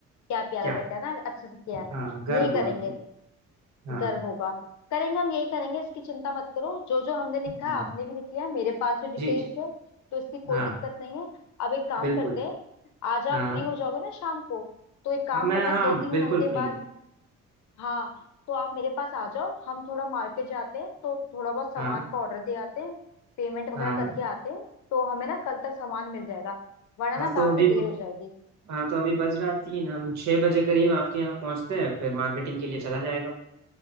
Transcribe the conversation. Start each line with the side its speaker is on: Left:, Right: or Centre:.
Left: क्या प्यारा
Right: क्या
Left: बेटा है ना अच्छे से किया है
Right: हाँ गर्व
Left: यही
Right: हो
Left: करेंगे
Right: उनको हाँ
Left: गर्व होगा करेंगे हम यही करेंगे इसकी चिंता मत करो जो जो हमने लिखा
Right: जी
Left: है आपने भी लिख लिया है मेरे पास भी डिटेल्स
Right: जी जी
Left: है तो इसकी
Right: हाँ
Left: कोई दिक्कत नहीं है अब एक काम
Right: बिल्कुल
Left: करते हैं आज
Right: हाँ
Left: आप फ्री हो जाओगे ना शाम को तो एक काम
Right: हाँ, मैं
Left: करना
Right: हाँ
Left: दो तीन
Right: बिल्कुल
Left: घंटे
Right: फ्री
Left: बाद
Right: हूँ
Left: हाँ तो आप मेरे पास आ जाओ हम थोड़ा मार्केट जाते हैं तो थोड़ा बहुत सामान
Right: हाँ
Left: का ऑर्डर दे आते हैं पेमेंट वगैरह
Right: हाँ
Left: करके आते हैं तो हमें ना कल तक सामान मिल जाएगा वरना
Right: हाँ
Left: ना
Right: तो
Left: काफी
Right: अभी
Left: देर
Right: ब-
Left: हो जाएगी
Right: हाँ तो अभी बज रहा तीन हम छः बजे करीब आपके यहाँ पहुँचते हैं फिर मार्केटिंग के लिए चला जाएगा